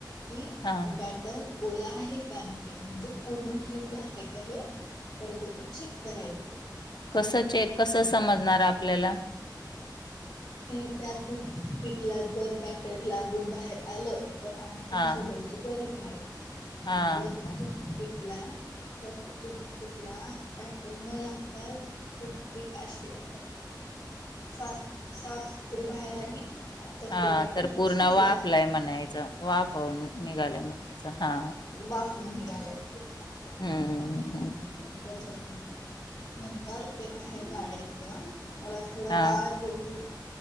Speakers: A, on the left (about 45°); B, on the left (about 65°).
A: कि
B: हां.
A: बॅटर ओला आहे का आणखीन म्हणजे पूर्ण शिज आहे का हे परत एकदा चेक करायचां
B: कसं चेक कसं समजणार आपल्याला
A: ती त्यात पीिकला जर बॅटर लागून बाहेर आलं तर आणखीन
B: हां,
A: शिजायची गरज आहे
B: हां,
A: आणि गर
B: हां,
A: तू विकला जर त्या तूप पिकला बॅटर न लागता टूथपिक अशी अ साफ साफ सुथरी बाहेर आली तर
B: हा
A: ते बॅटर
B: तर पूर्ण
A: शिजलेलं
B: वाफलाय
A: आहे
B: म्हणायचं वाफऊून निघालाय म्हणायचं हा
A: बाफरम ह गाय पूर्ण आपलं
B: हम्म हम
A: त्याच्या नंतर ते बाहेर काढायचं त्याला थोडं
B: हां,
A: गार हो दे